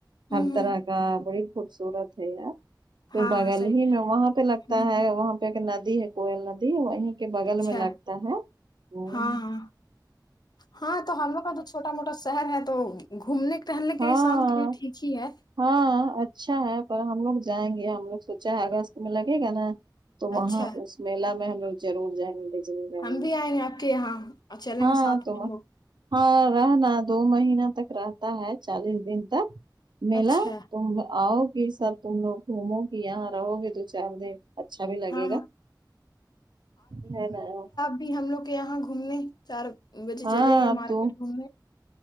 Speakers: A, on the left (about 65°); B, on the right (about 75°).
A: ہ
B: ہر
A: ہوں
B: طرح
A: ہ
B: کا بڑی خوبصورت ہے یار پھر
A: ہاں
B: بگل
A: ہاں صحیح
B: ہی میں وہاں پہ لگتا
A: ہ
B: ہے وہاں پہ ایک ندی ہے کوئل ندی وہیں کے بغل
A: اچھا
B: میں لگتا ہے ہوں،
A: ہاں ہاں ہاں تو ہم لوگ کا تو چھوٹا موٹا شہر ہے تو گھومنے ٹہلنے کے
B: ہاں
A: لیے شام کے لیے ٹھیک ہی کی ہے
B: ہاں اچھا ہے پر ہم لوگ جائیں گے ہم لوگ سوچا ہے اگست میں لگے گا نا تو وہاں
A: اچھا
B: اس میلہ میں ہم لوگ ضرور جائیں گے ڈزنی لینڈ
A: ہم بھی
B: میں
A: آئیں گے آپ کے یہاں اور چلیں
B: ہاں
A: گے ساتھ
B: تم
A: میں ہم لوگ
B: ہاں رہنا دو مہینے تک رہتا ہے چالیس دن تک میلا
A: اچھا
B: تم آؤ گی سب تم لوگ گھومو گی یہاں رہو گی دو چار دن اچھا بھی لگے
A: ہاں
B: گا رہنے او
A: ابھی ہم لوگ کے یہاں گھومنے چار بجے
B: ہاں
A: چلے ہیں
B: اب
A: مارکیٹ
B: تو
A: گھومنے